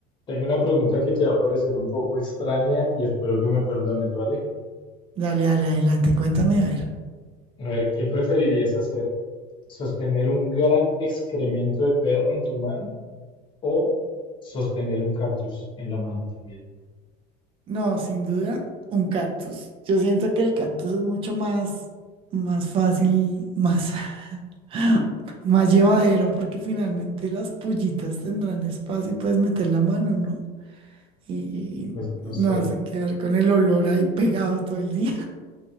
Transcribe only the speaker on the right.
Dale, dale, adelante, cuéntame, a ver.
No, sin duda, un cactus. Yo siento que el cactus es mucho más, más fácil, más, <laughs> más llevadero, porque finalmente las pollitas tendrán espacio y puedes meter la mano, ¿no? Y, y
no vas a quedar con el olor ahí pegado todo el día.